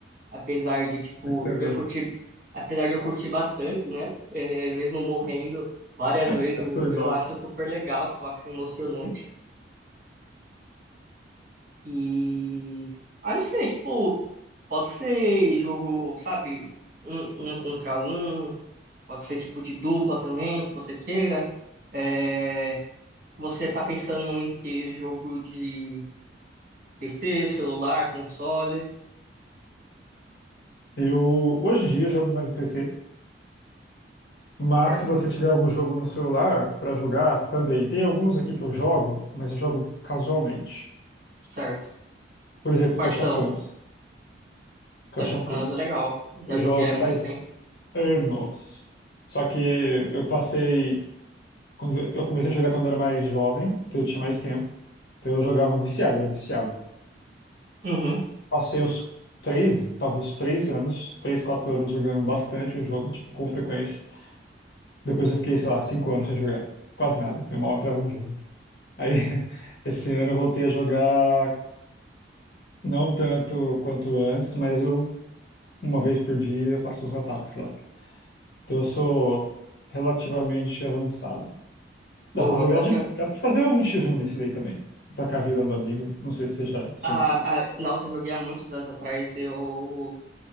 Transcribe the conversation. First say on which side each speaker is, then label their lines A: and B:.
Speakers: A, on the right; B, on the left.
A: Apesar de, tipo,
B: Também.
A: eu curti, apesar de eu curtir bastante, né? É, mesmo morrendo várias
B: <laughs>
A: vezes,
B: Eu sou
A: eu
B: igual.
A: acho super legal, tipo, acho emocionante. E, ah, não sei, tipo, pode ser jogo, sabe, um, um contra um. Pode ser tipo de dupla também, que você queira. É, você tá pensando em que jogo de PC, celular, console,
B: Eu, hoje em dia, jogo mais no PC, mas
A: certo?
B: se você tiver algum jogo no celular pra jogar, também. Tem alguns aqui que eu jogo, mas eu jogo casualmente.
A: Certo.
B: Por exemplo,
A: Quais
B: Clash
A: são?
B: of Clans. Clash
A: Clash
B: of
A: of Clans
B: Clans.
A: é legal. Já
B: Eu
A: joguei
B: jogo
A: há muito
B: faz
A: tempo.
B: anos. Só que eu passei quando eu comecei a jogar quando era mais jovem, então eu tinha mais tempo. Então eu jogava viciado, eu era viciado.
A: Uhum.
B: Passei uns três, talvez três anos, três, quatro anos jogando bastante o jogo, tipo, com frequência. Depois eu fiquei, sei lá, cinco anos sem jogar. Quase nada. Eu mal entrava no jogo. Aí, <laughs> esse ano eu voltei a jogar não tanto quanto antes, mas eu, uma vez por dia, faço os ataques lá. Então eu sou relativamente avançado.
A: Boa.
B: Dá pra jogar
A: Qual
B: de.
A: que é?
B: Dá pra fazer algum xis um X1 nesse daí também. Tacar virando amigo. Não sei se você já experimentou.
A: Ah, ah, nossa, eu joguei há muitos anos atrás. Eu,